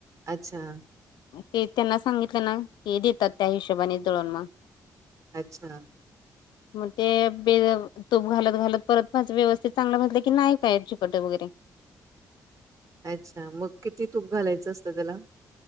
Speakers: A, on the right; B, on the left.
A: अच्छा,
B: ते त्यांना सांगितलं ना. ते देतात त्या हिशोबाने दळूण मग
A: अच्छा,
B: मगं ते बे तुप घालत घालत परत माझ व्यवस्थित चांगला भाजल की नाही काय चिकटं वगैरे
A: अच्छा, मग किती तूप घालायचं असतं. त्याला,